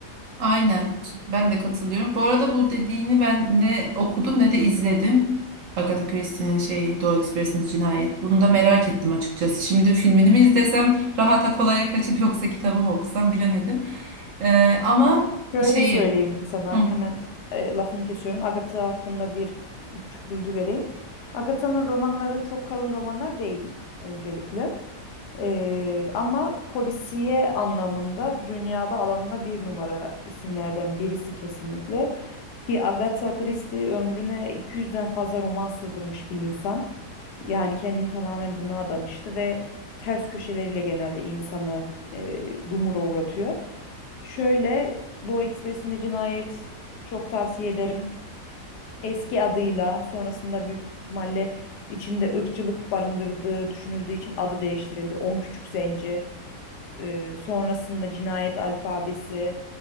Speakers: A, on the right; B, on the left.
A: Aynen ben de katılıyorum. Bu arada bu dediğini ben ne okudum ne de izledim. Agatha Christie'nin şeyi Doğu Ekspresi'nin cinayet. Bunu da merak ettim açıkçası. Şimdi filmini mi izlesem rahata kolaya kaçıp yoksa kitabımı okusam bilemedim. Ee, ama
B: Şöyle
A: şeyi...
B: söyleyeyim sana
A: Hı.
B: hemen e, lafını kesiyorum. Agatha hakkında bir küçük bilgi vereyim. Agatha'nın romanları çok kalın romanlar değil öncelikle. Ee, ama polisiye anlamında dünyada alanında bir numara isimlerden birisi kesinlikle. Ki Agatha Christie ömrüne 200'den fazla roman sığdırmış bir insan. Yani kendini tamamen buna adamıştı ve ters köşeleriyle genelde insanı e, dumura uğratıyor. Şöyle Doğu Ekspresi'nde Cinayet çok tavsiye ederim. Eski adıyla sonrasında büyük ihtimalle içinde ırkçılık barındırdığı düşünüldüğü için adı değiştirildi. 10 Küçük Zenci. Ee, sonrasında cinayet alfabesi